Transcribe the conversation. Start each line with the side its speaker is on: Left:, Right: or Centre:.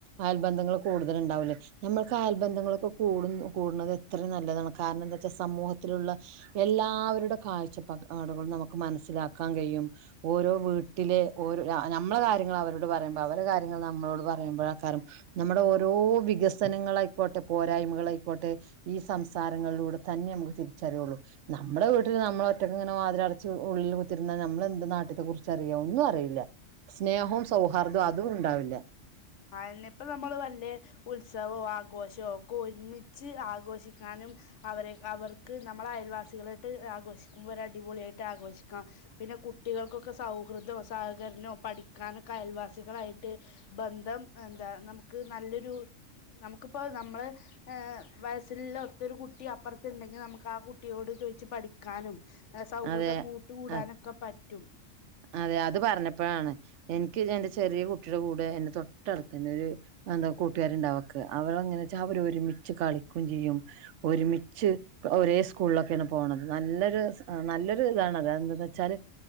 Right: അയൽബന്ധങ്ങൾ കൂടുതല് ഉണ്ടാവുല്ലേ ഞമ്മൾക്ക് അയൽബന്ധങ്ങളൊക്കെ കൂട് കൂടുണത് എത്രയും നല്ലതാണ് കാരണം എന്താ വെച്ചാ സമൂഹത്തിലുള്ള എല്ലാ- ആവരുടെ കാഴ്ചപ്പാക് ടുകൾ നമുക്ക് മനസ്സിലാക്കാൻ കഴിയും ഓരോ വീട്ടിലെ ഓരോ ഞമ്മളെ കാര്യങ്ങൾ അവരോട് പറയുമ്പോ അവരു കാര്യങ്ങൾ നമ്മളോട് പറയുമ്പോഴ കാറും നമ്മുടെ ഓരോ വികസനങ്ങളായിക്കോട്ടെ പോരായ്മകളായിക്കോട്ടെ ഈ സംസാരങ്ങളിലൂടെ തന്നെ നമുക്ക് തിരിച്ചറിയുള്ളൂ നമ്മുടെ വീട്ടിൽ നമ്മളെ ഒറ്റയ്ക്ക് ഇങ്ങനെ വാതിലടച്ച് ഉള്ളിൽ കുത്തിരുന്നാ നമ്മളെന്ത് നാട്ട്യത്തെ കുറിച്ചറിയോ ഒന്നു അറിയുല്ല സ്നേഹവും സൗഹാർദവും അതും ഉണ്ടാവില്ല
Left: ആ ഇനിപ്പ നമ്മൾ വല്ലേ ഉത്സവോ ആഘോഷോ ഒക്കെ ഒരുമിച്ച് ആഘോഷിക്കാനും അവരെ അവർക്ക് നമ്മൾ അയൽവാസികളായിട്ട് ആഘോഷിക്കുമ്പോൾ ഒരു അടിപൊളിയായിട്ട് ആഘോഷിക്കാം പിന്നെ കുട്ടികൾക്കൊക്കെ സൗഹൃദോ സഹകരണോ പഠിക്കാനൊക്കെ അയൽവാസികളായിട്ട് ബന് ന്ധം എന്താ നമു ക്ക് നല്ലൊരു നമുക്ക് ഇപ്പൊ നമ്മള്എ വയസ്സിലുള്ള ഒത്തൊരു കുട്ടി അപ്പുറത്തുണ്ടെങ്കി നമുക്ക് ആ കുട്ടിയോട് ചോദിച്ചു പഠിക്കാനും സൗഹൃദം
Right: അതെ
Left: കൂട്ടുകൂടാനൊക്കെ
Right: അ
Left: പറ്റും
Right: അതെ അത് പറഞ്ഞപ്പോഴാണ് എ എൻക് എന്റെചെറിയകുട്ടിയുടെകൂടെഎന്റെതൊട്ടടുത്തന്നെഒരുഎന്താകൂട്ടുകാരുണ്ടാവക്ക്അവരങ്ങനെ വെച്ചാ അവര്ഒരുമിച്ച് കളിക്കും ചെയ്യും ഒരുമിച്ച് ഒരേ സ്കൂളിലൊക്കെയാണ് പോണത് നല്ലൊരു ആനല്ലൊരുഇതാണത്എന്താവച്ചാല്